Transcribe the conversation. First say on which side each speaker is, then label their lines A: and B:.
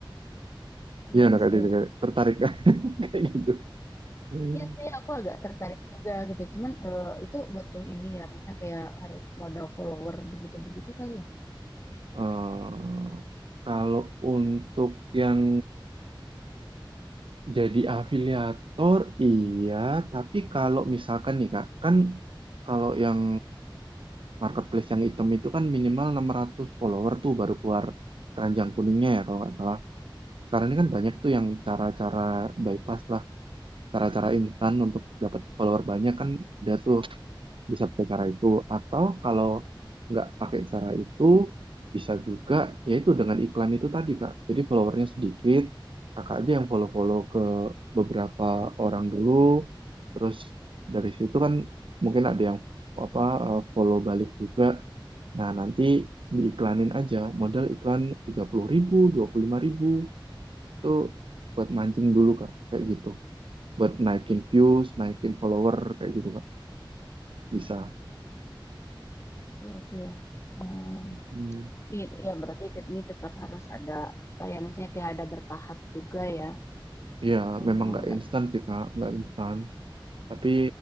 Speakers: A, on the left; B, on the right.
A: iya
B: Iya, anak
A: sih
B: IT
A: ya
B: juga tertarik <laughs> kayak gitu. Hmm.
A: Iya sih, aku agak tertarik juga gitu. Cuman eh, itu butuh ini ya, misalnya kayak harus modal follower begitu-begitu kali ya.
B: Eh, kalau untuk yang jadi afiliator, iya. Tapi kalau misalkan nih Kak, kan kalau yang marketplace yang hitam itu kan minimal 600 follower tuh baru keluar keranjang kuningnya ya kalau nggak salah. Karena ini kan banyak tuh yang cara-cara bypass lah, cara-cara instan untuk dapat follower banyak kan ada tuh. bisa pakai cara itu atau kalau nggak pakai cara itu bisa juga yaitu dengan iklan itu tadi kak jadi followernya sedikit kakak aja yang follow-follow ke beberapa orang dulu terus dari situ kan mungkin ada yang apa eh, follow balik juga nah nanti diiklanin aja modal iklan tiga puluh ribu 25.000 itu buat mancing dulu kak kayak gitu buat naikin views naikin follower kayak gitu kak bisa
A: Iya sih ya. Hmm.
B: Mm.
A: Iya, ya berarti ini tetap harus ada, kayak maksudnya kayak ada bertahap juga ya.
B: Ya,
A: Hmm,
B: memang nggak
A: nggak
B: instan sih, Kak. Nggak instan. Tapi